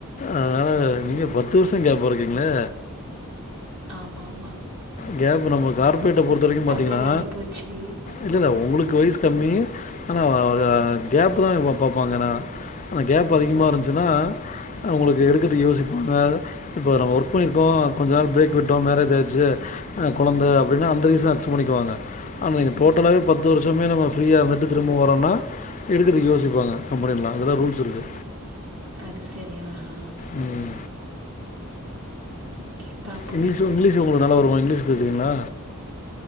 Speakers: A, on the left; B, on the right.
A: அதனால நீங்க பத்து வர்ஷோ கேப்பா இருக்கீங்ளே
B: ஆமாமா
A: கேப்பு நம்ம கார்ப்ரேட்ட பொறுத்த வரைக்கு பாத்தீங்கன்னா
B: வேறு ஆகிப்போச்சு
A: இல்ல இல்ல ஒங்களுக்கு வய்சு கம்மி ஆனா கேப்பு தா பப்பப் பாங்கன்னா அந்த கேப் அதிகமா இருந்துச்சுன்னா அவுங்களுக்கு எடுக்கது யோசிப்பாங்க இப்போ நம்ம ஒர்க் பண்ணிருக்கோ கொஞ்ச நாள் பிரேக் விட்டோ மேரேஜ் ஆய்ட்ச்சு ஆ கொழந்த அப்டின்னா அந்த ரீசன் அக்சப்ட் பண்ணிக்குவாங்க ஆனா நீங்க
B: ம்
A: டோட்டலாவே பத் த்து வர்ஷமே நம்ம ஃப்ரீயா இருந்துட்டு திரும்ப வரோனா எடுக்கதுக்கு யோசிப்பாங்க கம்பெனிலலா அதல்லா ரூல்ஸ் இருக்கு
B: அது செரி ஆ ஹா
A: ம்
B: ஓகே பா
A: இங்கிலீஷோ இங்கிலீஷ் ஒங்களுக்கு நல்ல வருமா இங்கிலீஷ் பேசுவீங்ளா